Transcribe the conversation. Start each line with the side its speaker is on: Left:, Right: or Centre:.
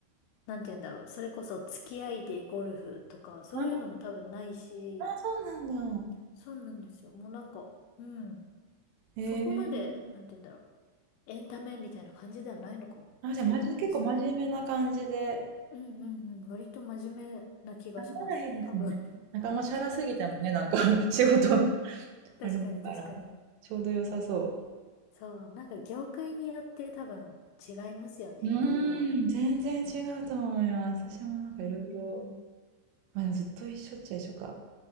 Left: なんて言うんだろう。それこそ付き合いでゴルフとか、そういうのも多分ないし、
Right: あ、あ、そうなんだ。
Left: そうなんですよ。もうなんか、うん。
Right: へえ。
Left: そこまで、なんて言うんだろう。エンタメみたいな感じではないのかもしれないですね。
Right: あ、じゃあ、まじ結構真面目な感じで。
Left: うんうんうん。割と真面目な気がします。
Right: ならいいですね。
Left: 多分。
Right: なんかあんまチャラすぎてもね、なんか <laughs> 仕事
Left: <laughs> うん。
Right: <laughs>
Left: 確かに確かに。
Right: あれだから、ちょうど良さそ
Left: そう。なんか業界によって多分違いますよね。
Right: う。うーん、
Left: いろいろ。
Right: 全然違うと思います。私もなんかいろいろ、
Left: うんうんうん。
Right: ま、でもずっと一緒っちゃ一緒か。